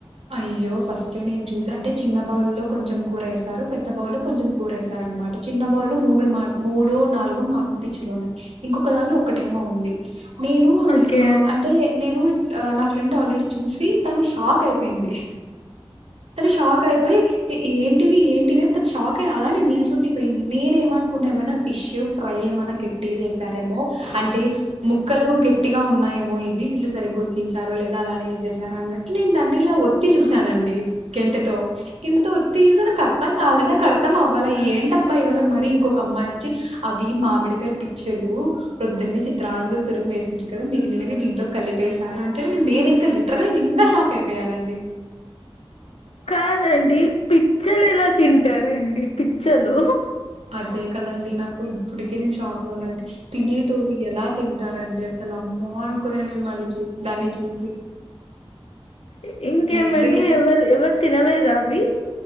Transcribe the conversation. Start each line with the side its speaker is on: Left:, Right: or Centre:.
Right: అయ్యో ఫస్ట్ నేను చూసి అంటే చిన్న బౌల్లో కొంచెం కూరేసారు పెద్ద బౌలు కొంచెం కూరేసారు నమాట చిన్న బాల్ లో మమ్ముడు మా మూడు నాలుగుో మా పిచ్చులు ఉన్నాయి ఇంకొకదాని ఒక్కటేమో ఉంది నేను
Left: ఓకే
Right: అంటే నేను నా ఫ్రెండ్ ఆల్రెడీ చూసి తను షాక్ అయి పొయింది తను షాకైపొయ్ ఎ ఏంటివి ఏంటివి అని తన్ షాకై అలానె నిల్చుండిపొయ్ంది నేనే మన్కున్నేమన్న ఫిష్షు ఫ్రై ఏమన్న గట్టిగ్ జేసారేమో అంటే ముక్కలు గెట్టిగా ఉన్నాయేమొ ఇవి ఈళ్ళు సరిగ్గుడికించారో లేదొ అలానే ఏసేసారన్నట్లు నేన్ డ నిలా ఒత్తి జూసానండి కెంటెతో కెంటెతో ఒత్తి జూసా నాకర్థం కాలె నాకర్థం అవ్వాల అ ఏంటబ్బా ఈవసల్ మరీ ఇంకొకమ్మాయొచ్చి అవి మామిడికాయ్ పిచ్చెలు ప్రొద్దున్నె చిత్రా త్రానంలో తురుమి వేసింట్రి కద మిగిలినవి దీంట్లో కలిపేశారు అంటే నేనింక లిట్రలి నేనింగా షాకైపొ పెయ్యానండి
Left: కాదండి పిచ్చెలెలా తింటారండి పిచ్చెలు
Right: అదే కదండి నాకు ఇప్పుటికీ నేను షాక్ లో ఉన్నానండి తినేటోళ్ళు ఎలా తింటారండి అసల అమ్మా అన్కున్న నేను వాన్ని చూ దాన్ని చూసి
Left: ఇ ఇంకేమని
Right: ఏంటిది
Left: ఎవర్ర్ ఎవర్ తినలేదా అవ్వి